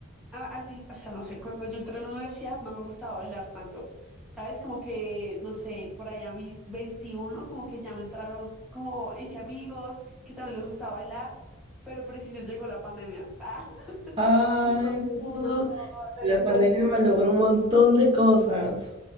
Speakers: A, in the centre; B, on the right (about 25°).
A: a- al- o sea, no sé, cuando yo entré a la universidad no me gustaba bailar tanto, ¿sabes? Como que, no sé, por ahí a mis 21 como que ya me entraron, como hice amigos que también les gustaba bailar, pero preciso llegó la pandemia. <laughs>
B: Ay,
A: Ah, entonces,
B: no.
A: no,
B: La pandemia
A: no no es...
B: malogró un montón de cosas.